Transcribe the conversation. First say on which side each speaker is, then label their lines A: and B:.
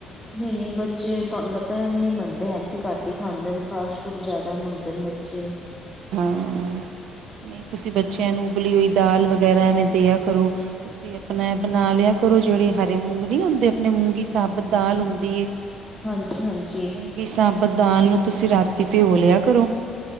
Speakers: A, in the centre; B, on the right.
A: ਨਹੀਂ-ਨਹੀਂ ਬੱਚੇ ਤੁਹਾਨੂੰ ਪਤਾ ਨੀ ਮੰਨਦੇ ਹੀ ਘੱਟ ਹੀ ਖਾਂਦੇ ਨੇ ਫਾਸ- ਫੂਡ ਜ਼ਿਆਦਾ ਮੰਗਦੇ ਨੇ ਬੱਚੇ।
B: ਹਾਂ ਨਹੀਂ। ਤੁਸੀ ਬੱਚਿਆਂ ਨੂੰ ਉਬਲੀ ਹੋਈ ਦਾਲ ਵਗੈਰਾ ਐਵੇ ਦਿਆ ਕਰੋ। ਤੁਸੀਂ ਆਪਣਾ ਬਣਾ ਲਿਆ ਕਰੋ। ਜਿਹੜੇ ਹਰੇ ਮੂੰਗ ਨੀ ਹੁੰਦੇ ਆਪਣੇ ਮੂੰਗੀ ਸਾਬਤ ਦਾਲ ਹੁੰਦੀ ਐ।
A: ਹਾਂਜੀ-ਹਾਂਜੀ।
B: ਵੀ ਸਾਬਤ ਦਾਲ ਨੂੰ ਤੁਸੀਂ ਰਾਤੀ ਭਿਓ ਲਿਆ ਕਰੋ।